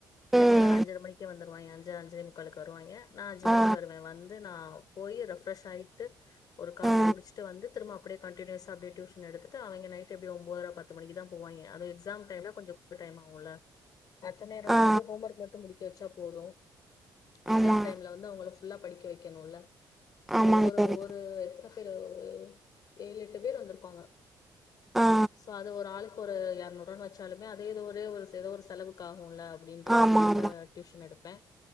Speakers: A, on the left (about 60°); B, in the centre.
A: பிள்ளைங்க
B: ம்
A: எல்லாரு அஞ்சுர மணிக்கே வந்துருவாங்க அஞ்சு அஞ்சேமு காளுக்கு வருவாய்ங்க நான் அஞ்சு மணிக்கு
B: ஆ
A: வருவேன் வந்து நா ஆ போயி ரெஃப்ரஷ் ஆயிட்டு ஒரு காஃபி
B: ஆ
A: குடிச்சிட்டு வந்து திரும்மா அப்டியே கண்டினியூஸா அப்டியே டியூஷன் எடுத்துட்டு அவிங்க நைட்டு எப்டியு ஒம்போத்ர பத்து மணிக்குதா போவாய்ங்க அது எக்ஸாம் டைம்னா கொஞ்சோகு டைம் ஆகுல்ல மத்த நேரோனா
B: ஆ
A: வந்து ஹோம் ஒர்க் மட்டு முடிக் ச்சா போது எக்ஸாம்
B: ஆமா
A: டைம்ல வந்து அவங்கள ஃபுல்லா படிக்க வைக்கணுல்ல சோ
B: ஆமாங்க
A: ஒரு
B: தோழி
A: ஒரு எத்ர ஒரு ஏழு எட்டு பேர் வந்துருப்பாங்க.
B: ஆ
A: சோ அது ஒரு ஆளுக் ஒரு எரநூறு ரூவானு வச்சாலுமே அதுமே ஒரே ஒரு செல ஒரு செலவுக்கு ஆகுல அப்படின்றதுக்காக
B: ஆமா ஆமா
A: டியூஷன் எடுப் பெ